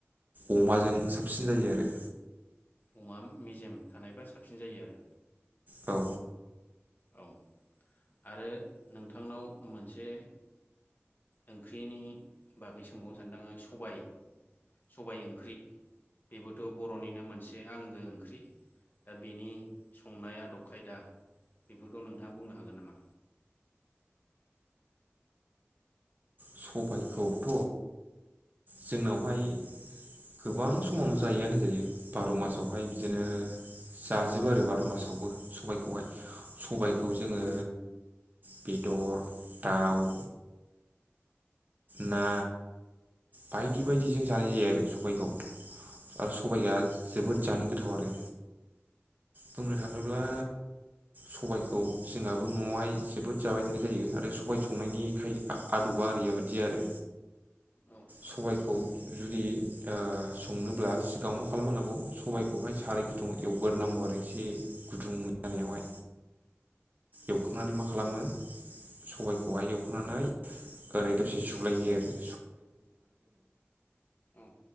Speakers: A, on the right; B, on the left.
A: अमाजों साबसिन जायो आरो
B: अमा मेजेम थानायबा साबसिन जायो आरो
A: औ
B: औ आरो नोंथांनाव मोनसे ओंख्रिनि बागै सोंबावनो सानदों आङो सबाय सबाय ओंख्रि बेबोथ' बर'निनो मोनसे आंगो ओंख्रि दा बेनि संनाय आदब खायदा बेफोरखौ नोंथाङा बुंनो हागोन नामा?
A: सबायखौथ' जोंनावहाय गोबां समावनो जायोआ होनजायो बार' मासावहाय बिदिनो जाजोबो आरो बार' मासावबो सबाइखौहाय सबायखौ जोङो बेदर दाउ ना बायदि बायदिजों जानाय जायो आरो सबाइखौ आरो सबाइआ जोबोद जानो गोथाव आरो बुंनो थाङोब्ला सबायखौ जोंहाबो न'आवहाय जोबोद जाबाय थानाय जायो आरो सबाय संनायनि
B: औ
A: खाय आदबा आरओरिया बाददि आरो
B: औ
A: सबायखौ जुदि ओ संनोब्ला सिगाङाव मा खालामोनांगौ सबाय बेखौहाय साराय गुदुंयाव एवगोरोनांगौ आरो एसे गुदुं जानायावहाय एवखांनानै मा खालामो सबाइखौहाय एवखांनानै ओरै दसे सुलायहोयो
B: औ